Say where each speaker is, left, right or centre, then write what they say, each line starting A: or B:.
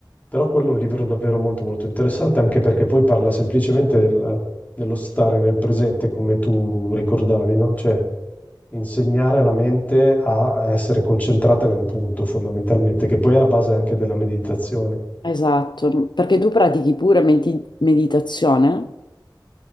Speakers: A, on the left (about 20°); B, on the left (about 65°).
A: però quello è un libro davvero molto molto interessante anche perché poi parla semplicemente del- dello stare nel presente come tu ricordavi, no? Cioè insegnare alla mente a essere concentrata in un punto fondamentalmente, che poi è la base anche della meditazione.
B: Esatto, perché tu pratichi pure medi- meditazione?